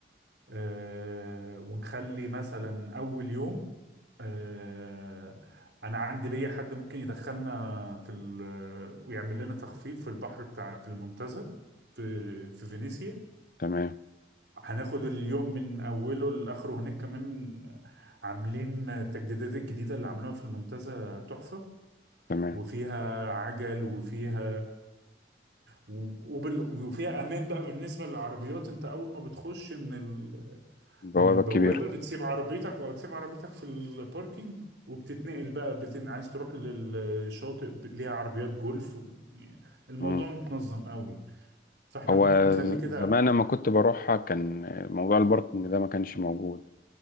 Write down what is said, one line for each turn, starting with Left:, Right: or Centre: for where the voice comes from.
Right: آه، ونخلي مثلا أول يوم آه، أنا عندي ليا حد ممكن يدخلنا في ال... ويعمل لنا تخفيض في البحر بتاع في المنتزه في في فينيسيا
Left: تمام
Right: هناخد اليوم من أوله لآخره هناك كمان عاملين التجديدات الجديدة اللي عملوها في المنتزه تحفة
Left: تمام
Right: وفيها عجل وفيها و- وبال... وفيها امان بقى بالنسبه للعربيات انت اول ما بتخش من ال...
Left: البوابة
Right: من البوابة
Left: الكبيرة
Right: بتسيب عربيتك او تسيب عربيتك في الباركينج وبتتنقل بقى بتن... عايز تروح للشاطئ ب- ليها عربيات جولف و... يعني الموضوع
Left: مم.
Right: متنظم قوي فاحنا
Left: هو
Right: ممكن نخلي
Left: ز-
Right: كده
Left: زمان لما كنت بروحها كان موضوع الباركنج ده ما كانش موجود